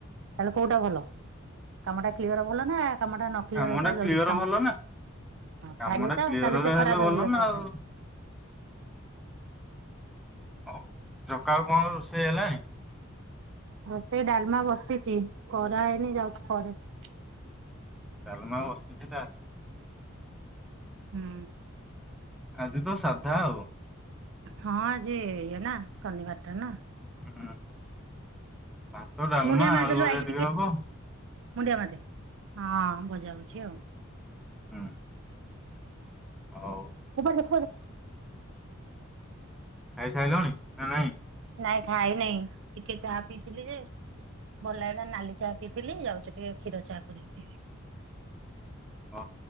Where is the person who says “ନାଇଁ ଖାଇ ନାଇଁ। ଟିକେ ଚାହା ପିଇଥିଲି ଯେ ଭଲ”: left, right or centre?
Right